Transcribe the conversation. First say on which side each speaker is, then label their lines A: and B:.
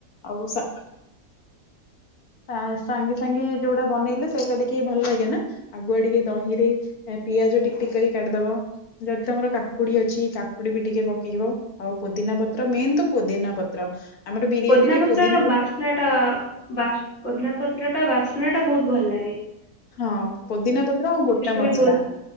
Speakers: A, on the left (about 80°); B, on the left (about 55°).
A: ଆଉ ସ ଆ ସାଙ୍ଗେ ସାଙ୍ଗେ ଯୋଉଟା ବନେଇଲେ ସେଇଟା ଟିକେ ଭଲ ଲାଗେ ନା ଆଗୁଆ ଟିକେ ଦହିରେ ପିଆଜ ଟିକ ଟିକ କରି କାଢିଦବ ଯଦି ତମର କାକୁଡି ଅଛି କାକୁଡି ବି ଟିକେ ପକେଇିବ ଆଉ ପୋଦିନା ପତ୍ର ମେନ ତ ପୋଦିନା ପତ୍ର ଆମର ବିରିୟାନୀ
B: ପଦିନା
A: ରେ
B: ପତ୍ର
A: ପୋଦିନା
B: ର ବାସ୍ନା ଟା ବା ପଦିନା ପତ୍ର ଟା ବାସ୍ନା ଟା ବହୁତ ଭଲ ଲାଗେ। ହ।
A: ହଁ ପୋଦିନା ପତ୍ର ଆଉ ଗୋଟା ମସଲା
B: ବି ବହୁତ